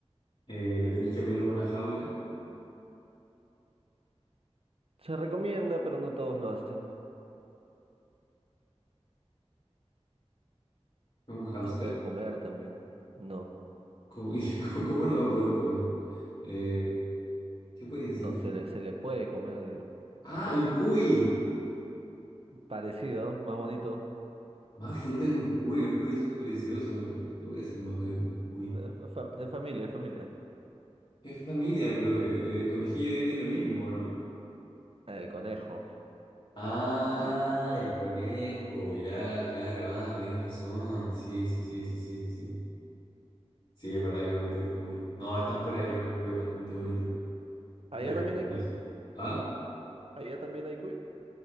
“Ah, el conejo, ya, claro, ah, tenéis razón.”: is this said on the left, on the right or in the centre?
Left